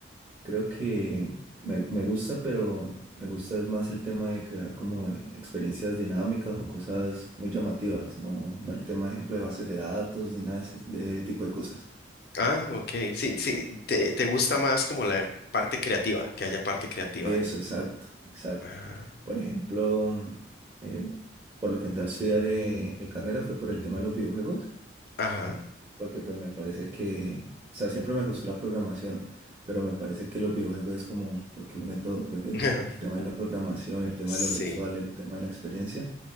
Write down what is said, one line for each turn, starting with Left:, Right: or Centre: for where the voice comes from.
Right: Creo que me, me gusta, pero me gusta es más el tema de crear como experiencias dinámicas o cosas muy llamativas, no, no el tema, ejemplo, de bases de datos ni nada de ese de tipo de cosas.
Left: Ah, ok, sí, sí, te, te gusta más como la parte creativa, que haya parte creativa,
Right: Eso,
Left: ¿no?
Right: exacto, exacto.
Left: Ah,
Right: Por ejemplo, mm, eh, por lo que entré a estudiar eh, mi carrera fue por el tema de los videojuegos,
Left: ajá.
Right: porque pues me parece que, o sea, siempre me gustó la programación, pero me parece que los videojuegos es como lo que une todo, pues
Left: <laughs>
Right: el tema de la programación, el tema
Left: Sí.
Right: de lo visual, el tema de la experiencia.